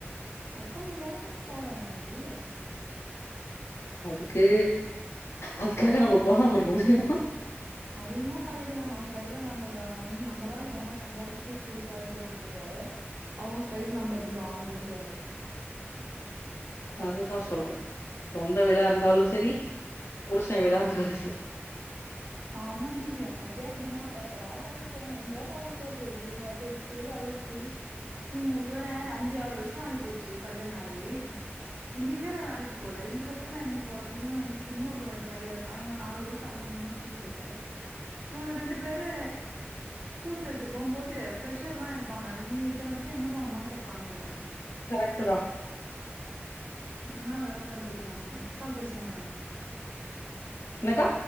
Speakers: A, on the right; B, on the left.
A: அப்ப நீ வேலைக்கே போவேணாமேடி
B: அதுக்கு அதுக்காக நம்ம போகாம இருக்க முடியுமா
A: அத என்னமோ கரெக்ட்டு ‌தான் நம்ம கையில நம்ம க வந்து நம்மளா ஓனா சம்பாரிச்சு சேலரி வாங்குறது வேற அவங்க கை நம்புறது வாங்கறது வேற
B: அதுதான் சொல்றேன் சொந்த வீடா இருந்தாலும் செரி புருஷன் வீடா இருந்தாலும் செரி
A: ஆமாண்டி எனக்கே அப்டிதான் எப்படா வேலைக் போ எங்க வேலைக்கு போறது இவங்க பெத்து வளத்து இவங்களுக்கு வேற அஞ்சு ஆறு வருஷம் ஆகிப்போச்சு கல்யாணம் ஆகி இனிமே நா வேலைக் போல இதுக்கப்றோ நா எங்க போறது இவ இப்ப இன்னொருத்தவ என் பைய்ய இருக்கா இவ நாலு வயசு ஆவு இவன ஸ்கூல் சேக்க இவன ரெண்டு பேரு ஸ்கூல் சேத்துட்டு போம்போது ஃப்ரெஷர் தா எடுப்பாங்க நீ இத்தன வருஷோ எங்க போனமா கேப்பானுங்க என்ன
B: கரெக்ட்டு தா
A: இன்னா வேல பண்றது நானு நெக்ஸ்ட் கால் பேசலான்டா
B: என்னக்கா